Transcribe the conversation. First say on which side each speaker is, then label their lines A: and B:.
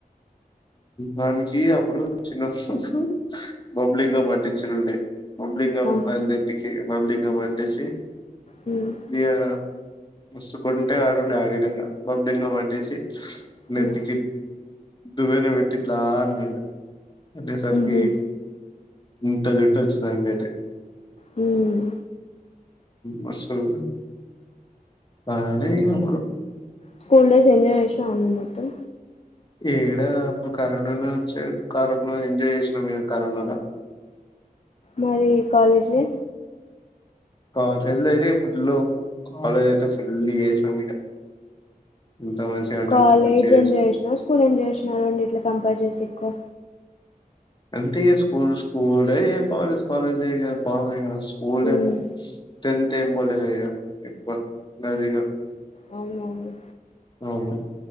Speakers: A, on the left (about 30°); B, on the left (about 45°).
A: వనికి అప్పుడు చిన్నఅప్పుడు బబ్లీగం అంటించుండే బబ్లీగం
B: ఆ!
A: ఆహ్ నెత్తికి బబ్లీగ్ ఇగ మంటెసి
B: హ్మ్.
A: ది ఆ ముసుగుంటే ఆడుండి ఆడిటంగా బాగు బెంగ పట్టేసి నెత్తికి
B: హ్మ్.
A: దువ్వెన పెట్టి ఇట్లా అన్నడు అంటేసరికి
B: హుహు.
A: ఇంత జుట్టు వచ్చింది వానికి అయితే
B: హ్మ్
A: వస్తువు అనీ ఏం
B: స్కూల్ డేస్ ఎంజాయ్ చేసి తనూ మొత్తం
A: ఏడా అప్పుడు కరోనాలో వచ్చే కరోనా ఎంజాయ్ చేసినాం ఇగ కరోనాలా
B: మరీ కాలేజీ
A: కాలేజ్ లో అయితే ఫుల్ కాలేజ్ అయితే ఫుల్ చేసాం ఇగ ఎంత మంచిగా అంటే
B: కాలేజ్
A: అంత మంచిగా చేసినాం.
B: ఎంజాయ్ చేసినవ స్కూల్ ఎంజాయ్ చేసినరా అండి ఇట్లా కంపేర్ చెస్తే ఎక్కువ
A: అంటే ఇగ స్కూల్ స్కూల్ ఏ ఇగ కాలేజ్ కాలేజ్ ఏ ఇగ ఫ స్కూల్
B: మ్మ్
A: ఏమో టెన్త్ ఏ ఫుల్డే ఇగ ఎక్కువ ఇగ అది ఇగ
B: అవును అవును
A: <unintelligible>